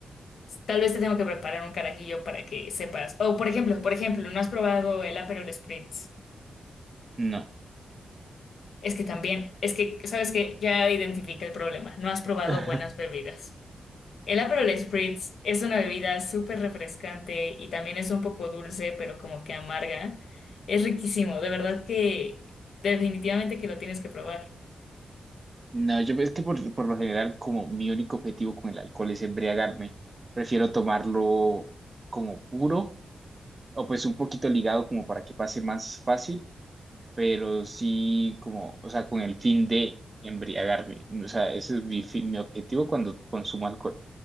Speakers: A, on the left; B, on the right.
A: Tal vez te tengo que preparar un carajillo para que sepas. O, por ejemplo, por ejemplo, ¿no has probado el Aperol Spritz?
B: No.
A: Es que también, es que, ¿sabes que Ya identifica el problema. No has probado
B: <laughs>
A: buenas bebidas. El Aperol Spritz es una bebida súper refrescante y también es un poco dulce, pero como que amarga. Es riquísimo, de verdad que definitivamente que lo tienes que probar.
B: No, yo es que por, por lo general, como mi único objetivo con el alcohol es embriagarme, prefiero tomarlo como puro o pues un poquito ligado como para que pase más fácil, pero sí como, o sea, con el fin de embriagarme. O sea, ese es mi fin- mi objetivo cuando consumo alcohol.